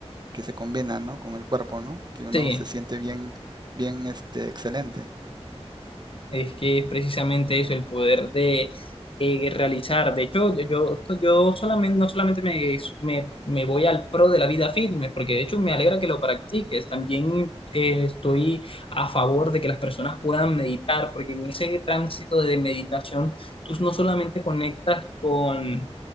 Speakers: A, on the right; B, on the left.
A: que se combina, ¿no? Con el cuerpo, ¿no? Que uno
B: Sí.
A: se siente bien, bien, este, excelente.
B: Es que es precisamente eso, el poder de eh, realizar. De hecho, yo, yo, yo solamente, no solamente me, me, me voy al pro de la vida fitness, porque de hecho me alegra que lo practiques. También eh, estoy a favor de que las personas puedan meditar, porque en ese tránsito de meditación tú no solamente conectas con